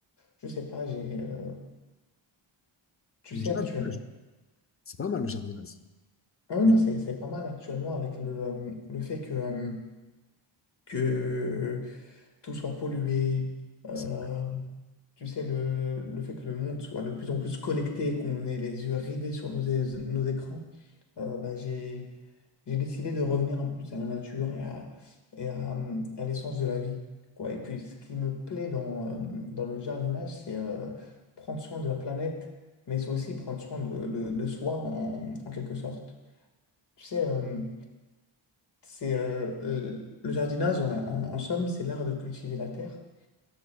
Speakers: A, on the left; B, on the left.
A: je sais pas, j'ai, euh, tu
B: Le
A: sais
B: jardinage,
A: actuellement.
B: c'est pas mal le jardinage.
A: Ah
B: Mais
A: non, c'est c'est pas mal actuellement avec le, euh, le fait que euh, que tout soit pollué, euh,
B: c'est-
A: tu sais, le, le fait que le monde soit de plus en plus connecté, qu'on ait les yeux rivés sur nos, é- nos écrans, euh, bah, j'ai, j'ai décidé de revenir un peu plus à la nature et à, et à, hum, à l'essence de la vie, quoi. Et puis, ce qui me plaît dans, euh, dans le jardinage, c'est euh, prendre soin de la planète, mais c'est aussi prendre soin de, de- de soi en, en quelque sorte. Tu sais, hum, c'est euh, euh, le jardinage, en, en- en somme, c'est l'art de cultiver la terre.